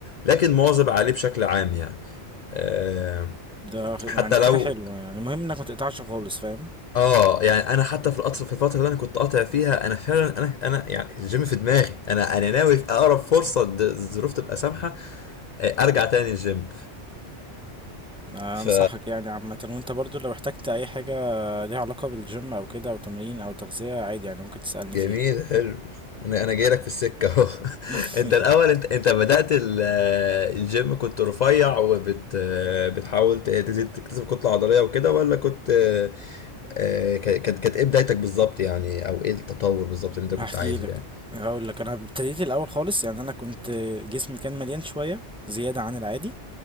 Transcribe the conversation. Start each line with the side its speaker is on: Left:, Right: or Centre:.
Left: لكن مواظب عليه بشكل عام يعني آه،
Centre: ده غ-
Left: حتى
Centre: يعني دي
Left: لو
Centre: حاجة حلوة يعني مهم إنك ما تقطعش خالص فاهم؟
Left: اه يعني انا حتى في القطر في الفتره اللي انا كنت قاطع فيها انا فعلا انا انا يعني الجيم في دماغي انا انا ناوي في اقرب فرصه د- الظروف تبقى سامحه آه، ارجع تاني الجيم
Centre: آه،
Left: ف
Centre: أنصحك يعني عامة وأنت برضو لو احتجت أي حاجة ليها علاقة بالجيم او كده او تمرين او تغذية عادي يعني ممكن تسألني
Left: جميل
Centre: فيها
Left: حلو انا انا جاي لك في السكه اهو <laughs>
Centre: <laughs>
Left: انت الاول انت انت بدات ال- الجيم كنت رفيع وبت بتحاول ت- تزيد تكتسب كتله عضليه وكده ولا كنت آه، ك- كانت كانت ايه بدايتك بالظبط يعني او ايه التطور بالظبط اللي انت
Centre: هحكي
Left: كنت عايزه
Centre: لك
Left: يعني
Centre: هقول لك انا ابتديت الاول خالص يعني انا كنت جسمي كان مليان شوية زيادة عن العادي